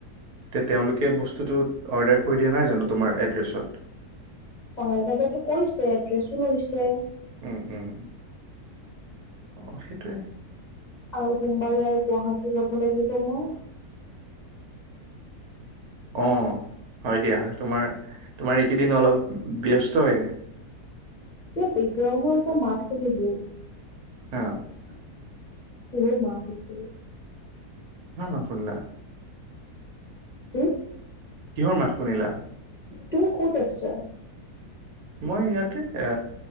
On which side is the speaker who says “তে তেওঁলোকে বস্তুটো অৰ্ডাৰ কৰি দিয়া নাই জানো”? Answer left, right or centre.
Right